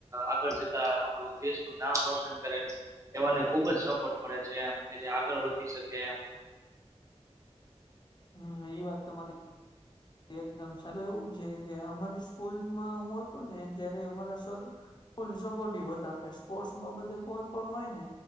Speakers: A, on the right; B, on the left.
A: આગળ જતા આપણું દેશનું નામ રોશન કરે, એવાને ખુબ જ સપોર્ટ મળે છે એમ, કે જે આગળ વધી શકે એમ.
B: હમ્મ, ઈ વાત તમારી એકદમ <unintelligible> એવું છે કે આ અમારી સ્કૂલમાં હું હતું ને ત્યારે અમારા સર ફૂલ સપોર્ટિવ હતા કે સ્પોર્ટસ બાબતે કોઈ પણ હોય ને